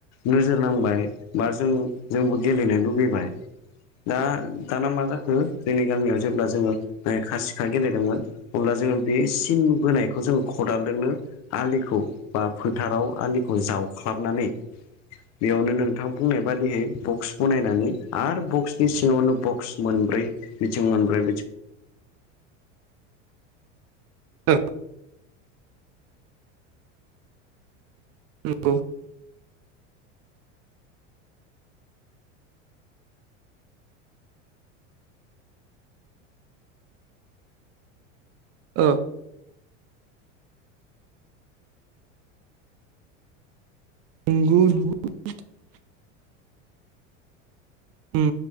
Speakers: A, on the left; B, on the right.
A: नोजोर नांबाय बा जों जोंबो गेलेनो लुबैबाय। दा दाना मा जाखो जोंनि गामियाव जेब्ला जोङो खासिखा गेलेदोंमोन अब्ला जोङो बि सिन बोनायखौ जों खदालदोंनो आलिखौ बा फोथाराव आलिखौ जा जावख्लाबनानै बेयावनो नोंथां बुंनाय बादियै बक्स बनायनानै आरो बक्सनि सिङावनो बक्स मोनब्रै बिथिं मोनब्रै बिथिं <inaudible>
B: <unintelligible> नंगौ। औ <unintelligible> उम